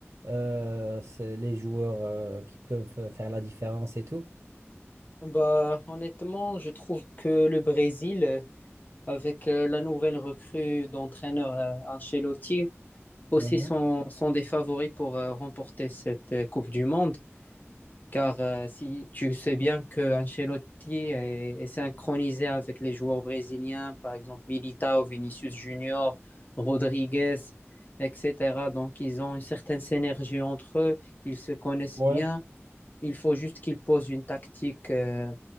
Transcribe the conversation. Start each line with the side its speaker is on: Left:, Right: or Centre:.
Right: euh, c'est les joueurs euh, qui peuvent euh, faire la différence et tout.
Left: bah honnêtement, je trouve que le Brésil, euh, avec euh, la nouvelle recrue d'entraîneur euh, Ancelotti, aussi
Right: Mhm.
Left: sont, sont des favoris pour euh, remporter cette euh, Coupe du Monde. Car euh, si tu sais bien que Ancelotti est, est synchronisé avec les joueurs brésiliens, par exemple Militao, Vinicius Junior, Rodriguez, etc. Donc ils ont une certaine synergie entre eux, ils se connaissent
Right: Ouais,
Left: bien. Il faut juste qu'ils posent une tactique euh,